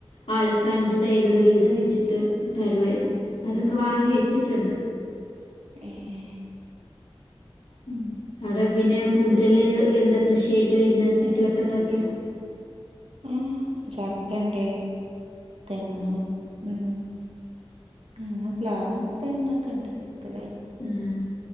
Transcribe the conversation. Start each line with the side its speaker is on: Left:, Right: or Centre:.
Left: ആൾക്ക് അഞ്ചു തൈകള് വീതം വെച്ചിട്ട് തരുവായിരുന്നു അതൊക്കെ വാങ്ങി
Right: ഏഹ്
Left: വെച്ചിട്ടുണ്ട്.
Right: ഏഹ് ഏഹ്
Left: ഉം അവിടെ പിന്നെ കൂടുതല് എന്താ കൃഷിയായിട്ട് വരുന്നത് ചുറ്റുവട്ടത്തൊക്കെ?
Right: ഏഹ് ചക്കെയൊണ്ട്, തെങ്ങ്, ഉം പിന്നെ പ്ലാവ് തെങ്ങൊക്കെ ഉണ്ട് കൂടുതലായിട്ടും
Left: ഉം